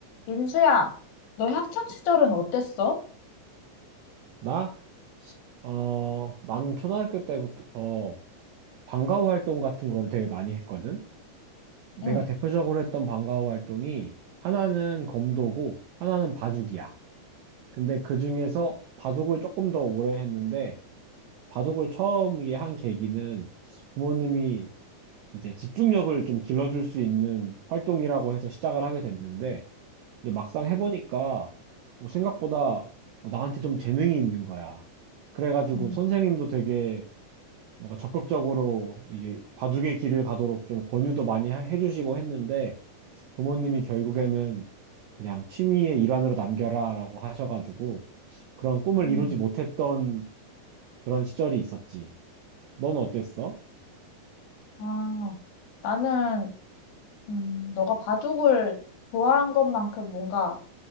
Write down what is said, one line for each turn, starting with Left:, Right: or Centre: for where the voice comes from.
Left: 민수야, 너의 학창 시절은 어땠어?
Right: 나? 어, 나는 초등학교 때부터 방과후 활동 같은 거를 되게 많이 했거든? 내가
Left: 응,
Right: 대표적으로 했던 방과후 활동이 하나는 검도고 하나는 바둑이야. 근데 그 중에서 바둑을 조금 더 오래 했는데 바둑을 처음에 한 계기는 부모님이 이제 집중력을 좀 길러줄 수 있는 활동이라고 해서 시작을 하게 됐는데 이제 막상 해보니까 뭐 생각보다 나한테 좀 재능이 있는 거야. 그래가지고
Left: 음.
Right: 선생님도 되게 뭔가 적극적으로 이게 바둑의 길을 가도록 좀 권유도 많이 하- 해주시고 했는데 부모님이 결국에는 그냥 취미의 일환으로 남겨라라고 하셔가지고 그런 꿈을
Left: 음.
Right: 이루지 못했던 그런 시절이 있었지. 넌 어땠어?
Left: 아, 나는 음, 너가 바둑을 좋아한 것만큼 뭔가